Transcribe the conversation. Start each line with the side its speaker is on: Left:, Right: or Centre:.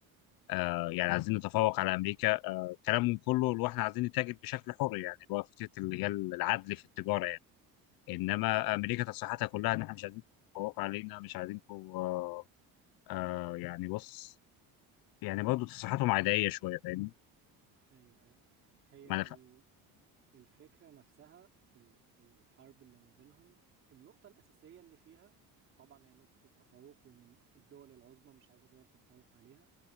Left: آه يعني عايزين نتفوق على امريكا آه كلامهم كله اللي هو احنا عايزين نتاجر بشكل حر يعني اللي هو فكره اللي هي العدل في التجاره يعني انما
Right: مم.
Left: امريكا تصريحاتها كلها ان احنا مش عايزين تتفوقوا علينا مش عايزينكم آه آه يعني بص يعني برضه تصريحاتهم عاديه شويه فاهمني
Right: ايوه ايوه هي
Left: ما انا فا-
Right: ال- الفكرة نفسها في ال- في الحرب اللي ما بينهم النقطة الأساسية اللي فيها طبعا هي نقطة التفوق وإن الدول العظمى مش عايزة دول تتفوق عليها